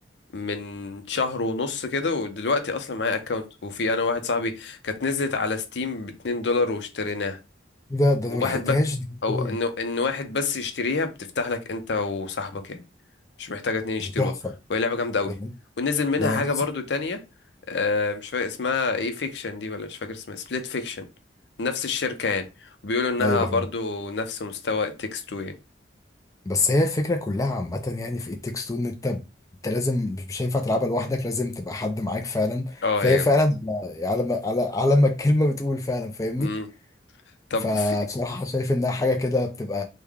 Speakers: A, on the left; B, on the left.
A: من شهر ونص كده ودلوقتي اصلا معايا اكونت وفي انا واحد صاحبي كانت نزلت على ستيم باتنين دولار واشتريناها
B: ده ده
A: وواحد
B: انا ما لحقتهاش
A: بس
B: دي
A: او
B: ازاي
A: انه ان واحد بس يشتريها بتفتح لك انت وصاحبك يعني مش محتاجه اتنين يشتروها
B: دي تحفه
A: وهي لعبه جامده قوي
B: ده أنا-
A: ونزل منها
B: ده انا
A: حاجه
B: نفسي
A: برضو تانية آه مش فاكر اسمها ايه فيكشن دي ولا مش فاكر اسمها سبليت فيكشن نفس الشركه يعني وبيقولوا انها
B: ايوه
A: برضو
B: فاهم
A: نفس مستوى تكست 2 يعني
B: بس هي الفكره كلها عامه يعني في ات تيكس تو ان انت انت لازم مش مش هينفع تلعبها لوحدك لازم تبقى حد معاك فعلا
A: اه
B: فهي
A: هي جامده
B: فعلا على ما على على ما الكلمه بتقول فعلا فاهمني
A: مم. طب
B: فبصراحه
A: في
B: شايف انها حاجه كده بتبقى